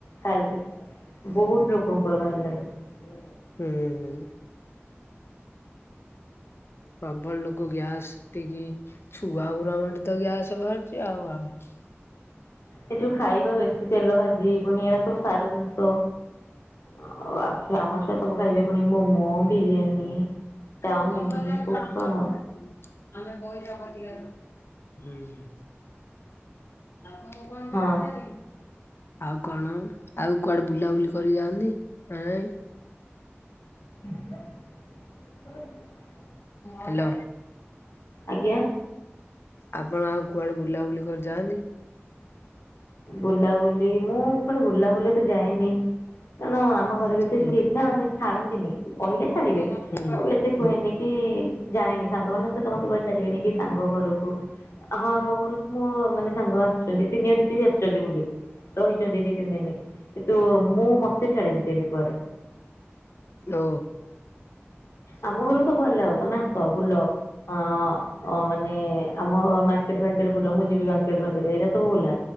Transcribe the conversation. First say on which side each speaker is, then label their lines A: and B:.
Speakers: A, on the left; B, on the left.
A: କାଲବେ ବୋହୁତ ଲୋକଙ୍କର ଭାରଲାଣି।
B: ହୁଁ ହୁଁ। ପ୍ରବଳ ଲୋକ ଗ୍ୟାସଟିକି ଛୁଆ ଉରାଙ୍କଠି ତ ଗ୍ୟାସ୍ ବାହାରଚି ଆଉ ଆଉ। ହ
A: ଏ ଯୋଉ ଖାଇବା ବେଶୀ ତେଲ ଭା ଜି ପୁଣି ଏରା ସବୁ ସାର ଜିନିଷ ଆ ଆଉ ଛୁଆ ଆମ ଛୁ ସବୁ ଖାଇବେ ପୁଣି ମୋମୋ ବିରିୟାନୀ।
B: ତାକୁ
A: ଚାଉମିନି
B: କଁ ପଚାରେ
A: ବୋପା
B: ତମର
A: ମା
B: କରନ୍ତି କି ଆମେ ପଇସା ପଚିକା <unintelligible> ହୁଁ। ତାକୁ ମୁଁ କଣ୍ଟେ
A: ହଁ
B: ପଚାରିବି? ଆଉ କଣ ଆଉ କୁଆଡ଼େ ବୁଲାବୁଲି କରି ଯାଆନ୍ତି ନାଁ ନାଇଁ?
A: ବେ ଉତ୍କଳ <unintelligible>
B: ହେଲୋ।
A: ଆଜ୍ଞା।
B: ଆପଣ ଆଉ କୁଆଡ଼େ ବୁଲାବୁଲି କରି ଯାଆନ୍ତି?
A: ବୁଲାବୁଲି ମୁଁ କୁଆଡ଼େ ବୁଲାବୁଲି ଏତେ ଯାଏନି। ଜାନ ଆମ ଘରେ ବି ଏତେ
B: ହୁଁ।
A: ଷ୍ଟିଟ୍ ନାଁ ମାନେ ଛାଡ଼ନ୍ତିନି କହିଲେ ଛାଡ଼ିବେ
B: ହୁଁ ହୁଁ
A: ମୁଁ ବି ଏତେ କୁହେନି କି ଇ ଯାଏନି ସାଙ୍ଗମାନଙ୍କ ସହିତ ମତେ କୁଆଡ଼େ ଛାଡ଼ିବେନି ଗି ସାଙ୍ଗ ଘରୁକୁ ହଁ ଆମ ଘରୁକୁ ମୋ ମାନେ ସାଙ୍ଗ ଆସୁଚନ୍ତି ସିନିୟର୍ ଦିଦି ବି ଆସଚନ୍ତି ବୁଲି‌। ରହିଚନ୍ତି ଦି ତିନି ଦିନ କିନ୍ତୁ ମୁଁ ମତେ ଛାଡ଼େନ୍ତିନି କୁଆଡ଼େ।
B: ନୋ
A: ଆମ ଘରୁକୁ ସବୁ ଆଲାଉ। ତମେ ଆସ ବୁଲ ଅ ଅ ମାନେ ଆମ ମାର୍କେଟ୍ ଫାର୍କେଟ୍ ବୁଲ ମୁଁ ଯିବି ମାର୍କେଟ୍ ଫାର୍କେଟ୍ ଏରା ସବୁ ବୁଲା